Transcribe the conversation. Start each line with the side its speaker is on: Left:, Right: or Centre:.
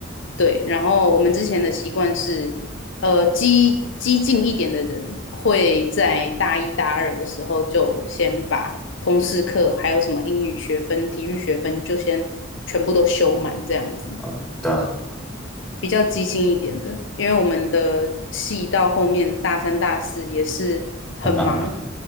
Left: 对，然后我们之前的习惯是，呃，激激进一点的人会在大一大二的时候就先把通识课，还有什么英语学分、体育学分，就先全部都修满，这样子
Centre: 啊、对啊，
Left: 比较激进一点的。因为我们的系到后面大三、大四也是很忙，
Centre: 很忙吗？